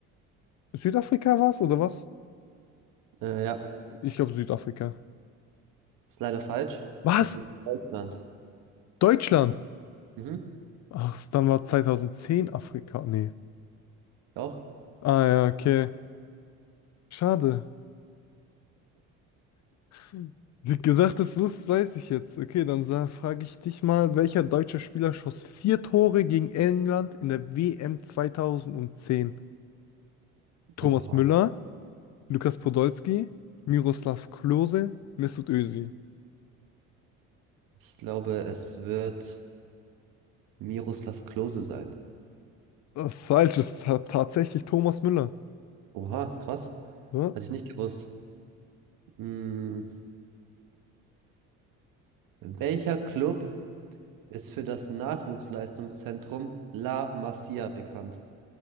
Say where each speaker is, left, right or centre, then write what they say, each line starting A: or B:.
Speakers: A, on the left; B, on the right.
A: Südafrika war's oder was?
B: Äh, ja,
A: Ich glaube Südafrika.
B: ist leider falsch.
A: Was?
B: Es ist Deutschland.
A: Deutschland?
B: Mhm,
A: Ach, dann war 2010 Afrika. Nee.
B: doch.
A: Ah ja, okay. Schade. Hm. Wie Gedacht, das lust, weiß ich jetzt. Okay, dann frage ich dich mal, welcher deutsche Spieler schoss vier Tore gegen England in der WM 2010? Thomas
B: Oha.
A: Müller, Lukas Podolski, Miroslav Klose, Mesut Özil.
B: Ich glaube, es wird Miroslav Klose sein.
A: Das ist falsch, es ist ta- tatsächlich Thomas Müller.
B: Oha, krass.
A: Ja?
B: Hatte ich nicht gewusst. Hm, welcher Club ist für das Nachwuchsleistungszentrum La Masia bekannt?